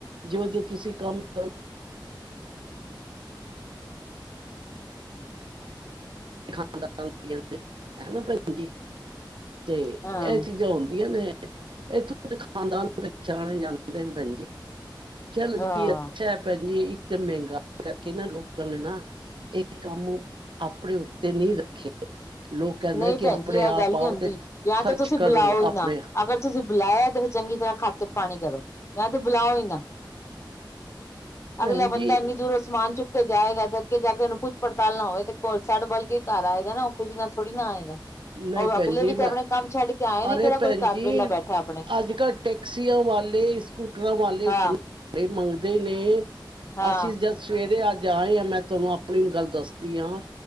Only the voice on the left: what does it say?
ਹਾਂ
ਹਾਂ
ਨਈ
ਭੈਣ
ਜੀ, ਇਹ
ਗੱਲ
ਨੀ ਹੁੰਦੀ,
ਜਾਂ
ਤੇ ਤੁਸੀਂ
ਬੁਲਾਓ ਈ
ਨਾ ਅਗਰ ਤੁਸੀਂ ਬੁਲਾਯਾ ਤੇ ਫਿਰ ਚੰਗੀ ਤਰਾਂ ਖਾਤਰ ਪਾਣੀ ਕਰੋ, ਜਾਂ ਤੇ ਬੁਲਾਓ ਈ ਨਾ।
ਅਗਲਾ ਬੰਦਾ
ਐਨੀ ਦੂਰੋ ਸਮਾਨ ਚੁੱਕ ਚੁੱਕ ਕੇ ਜਾਏਗਾ ਤੇ ਅੱਗੇ ਜਾ ਕੇ ਉਹਨੂੰ ਪੁੱਛ-ਪੜਤਾਲ ਨਾ ਹੋਵੇ ਤੇ ਸਾੜ ਬਲ ਕੇ ਘਰ ਆਏਗਾ ਨਾ ਉਹ ਖੁਸ਼ੀ ਨਾਲ ਥੋੜ੍ਹੀ ਨਾ ਆਏਗਾ
ਉਹ
ਅਗਲੇ
ਵੀ
ਤੇ ਆਪਣੇ ਕੰਮ ਛੱਡ ਕੇ ਆਏ ਨੇ
ਕਿਹੜਾ
ਕੋਈ ਘਾਰ
ਵੇਲਾ ਬੈਠਾ ਆਪਣੇ
ਹਾਂ
ਹਾਂ